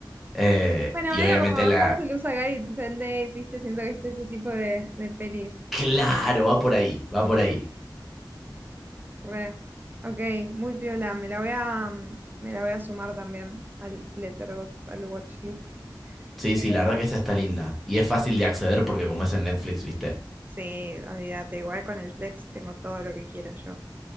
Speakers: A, in the centre; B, on the right.
A: Eh,
B: Bueno,
A: y
B: medio
A: obviamente
B: como
A: la...
B: How to Lose a Guy in 10 Days, ¿viste? Siento que es ese tipo de, de pelis.
A: Claro, va por ahí, va por ahí.
B: Re. Ok, muy piola. Me la voy a, mm, me la voy a sumar también al Letterboxd, al watchlist.
A: Sí, sí,
B: Eh,
A: la verdad que esa está linda. Y es fácil de acceder porque como es en Netflix, viste.
B: sí, olvídate, igual con el Plex tengo todo lo que quiera yo.